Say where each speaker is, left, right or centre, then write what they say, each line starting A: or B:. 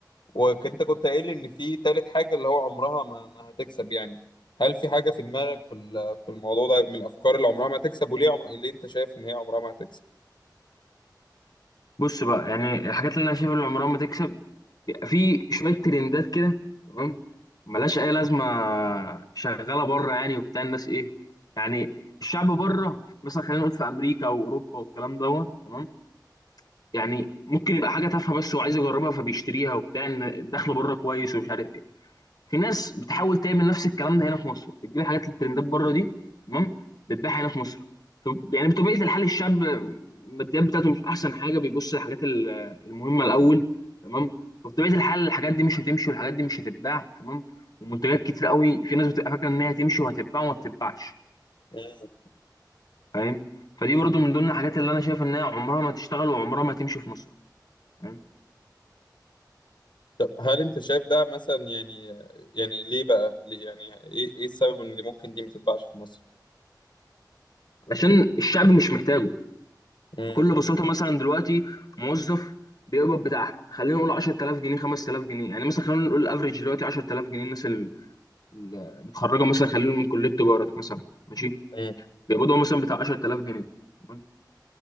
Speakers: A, on the left; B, on the left.
A: وانت كنت قايل لي ان في تالت حاجه اللي هو عمرها ما, ما هتكسب يعني هل في حاجه في دماغك في ال- في الموضوع ده من الافكار اللي عمرها ما هتكسب وليه عمر... اللي انت شايف ان هي عمرها ما هتكسب
B: بص بقى يعني الحاجات اللي انا شايف اللي عمرها ما تكسب بيبقى في شويه ترندات كده تمام ملهاش اي لازمه شغاله بره يعني وبتاع الناس ايه يعني الشعب بره مثلا خلينا نقول في امريكا او اوروبا والكلام دوت تمام يعني ممكن يبقى حاجه تافهه بس وعايز يجربها فبيشتريها وبتاع ان الدخل بره كويس ومش عارف في ناس بتحاول تعمل نفس الكلام ده هنا في مصر بتجيب الحاجات الترندات بره دي تمام بتبيعها هنا في مصر طب- يعني بطبيعه الحال الشاب الماديات بتاعته مش احسن حاجه بيبص للحاجات ال- المهمه الاول تمام فبطبيعه الحال الحاجات دي مش هتمشي والحاجات دي مش هتتباع تمام ومنتجات كتير قوي في ناس بتبقى فاكره ان هي هتمشي وهتتباع وما بتتباعش
A: مم.
B: فاهم فدي برضو من ضمن الحاجات اللي انا شايف ان هي عمرها ما تشتغل وعمرها ما تمشي في مصر فاهم
A: طب هل انت شايف ده مثلا يعني يعني ليه بقى ليه يعني ايه ايه السبب ان اللي ممكن دي ما تتباعش في مصر
B: عشان الشعب مش محتاجه
A: امم
B: بكل بساطه مثلا دلوقتي موظف بيقبض بتاع خلينا نقول 10000 جنيه 5000 جنيه يعني مثلا خلينا نقول الافريج دلوقتي 10000 جنيه الناس ال- المتخرجه مثلا خلينا نقول من كليه تجاره مثلا ماشي
A: امم
B: بيقبضوا مثلا بتاع 10000 جنيه تمام؟